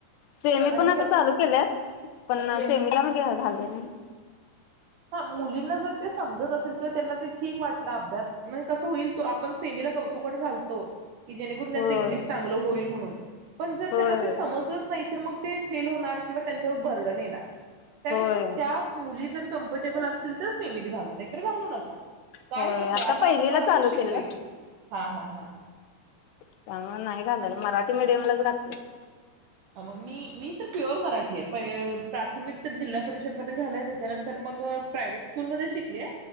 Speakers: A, on the left; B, on the right.
A: सेमी
B: आणि
A: पण आता
B: सग
A: चालू केल्यात पण सेमीला मी घालाय नाही.
B: हा मुलींना जर ते समजत असेल किंवा त्यांना ते ठीक वाटलं अभ्यास म्हणजे कसं होईल तो आपण सेमीला कौतुकने घालतो. की जेणेकरून त्यांचं
A: होय
B: इंग्लिश चांगलं होईल म्हणून. पण जर
A: होय
B: त्यांना
A: होय.
B: ते समजलंच नाही तर मग ते फेल होणार किंवा त्यांच्यावर बर्डन येणार. त्यापेक्षा
A: होय
B: त्या मुली जर कम्फर्टेबल असतील तर सेमित घाला. नाही तर घालु नका काय
A: होय
B: होत नाही आता
A: पहिलीला
B: आपण मराठी
A: चालू
B: शिकलोय
A: केल्यात.
B: की. हा हा हा
A: त्यामुळे नाही घालायला मराठी मीडियमलाच घातलयं.
B: मग मी मी तर प्युअर मराठी आहे प्राथमिक तर जिल्हा परिषद मध्ये झालंय त्याच्यानंतर मग प्रायव्हेट स्कूल मध्ये शिकलीय.